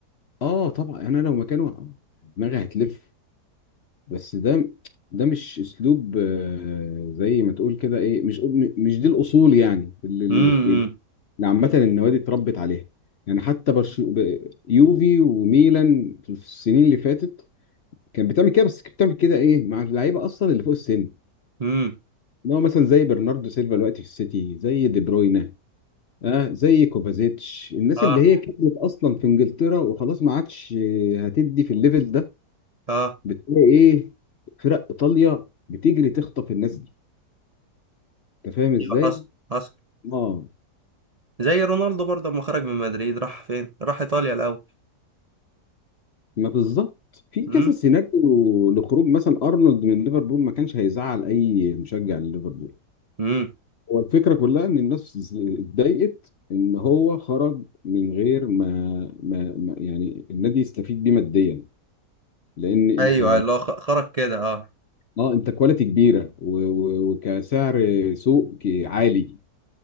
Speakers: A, on the left (about 55°); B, on the right (about 65°).
A: اه طبعا يعني انا لو مكانه آه، دماغي هتلف بس ده ده مش اسلوب آه، زي ما تقول كده ايه مش مش دي الاصول يعني اللي
B: امم امم
A: اللي عامه النوادي اتربت عليها يعني حتى برشو ب- يوفي وميلان في السنين اللي فاتت كان بتعمل كده بس كانت بتعمل كده ايه مع اللعيبه اصلا اللي فوق السن
B: امم.
A: اللي هو مثلا زي برناردو سيلفا دلوقتي في السيتي زي دي بروينا اه زي كوفازيتش الناس
B: اه
A: اللي هي كبرت اصلا في انجلترا وخلاص ما عادش آه، هتدي في الليفل ده
B: اه
A: بتلاقي ايه فرق ايطاليا بتجري تخطف الناس دي انت فاهم ازاي؟
B: ايوه حصل حصل
A: اه
B: زي رونالدو برضه لما خرج من مدريد راح فين راح ايطاليا الاول
A: ما بالظبط في
B: امم
A: كذا سيناريو لخروج مثلا ارنولد من ليفربول ما كانش هيزعل اي مشجع لليفربول
B: امم
A: هو الفكره كلها ان الناس اتضايقت ان هو خرج من غير ما, ما, ما يعني النادي يستفيد بيه ماديا لان انت
B: ايوه اللي هو خ- خرج كده اه
A: اه انت كواليتي كبيره و- و- وكسعر سوق عالي